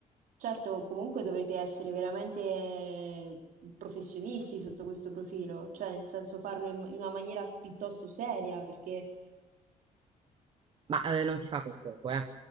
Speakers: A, on the right (about 75°); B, on the right (about 35°).
A: Certo, comunque dovrete essere veramente professionisti sotto questo profilo, cioè nel senso farlo in, in una maniera piuttosto seria, perché
B: ma eh, non si fa col fuoco, eh.